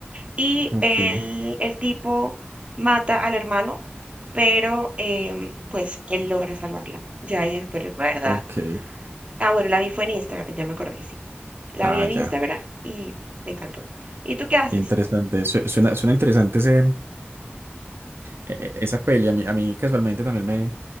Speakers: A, on the right (about 30°); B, on the right (about 65°).
A: Y
B: ok.
A: el, el tipo mata al hermano, pero em, pues él logra salvarla. Ya ella después recuerda.
B: Ok,
A: Ah, bueno, la vi fue en Instagram, ya me acordé, sí. La
B: Ah,
A: vi en Instagram
B: ya.
A: y me encantó. ¿Y tú qué haces?
B: Interesante. Su- Suena, suena interesante ese, e- e-, esa peli. A mí, a mí casualmente también me,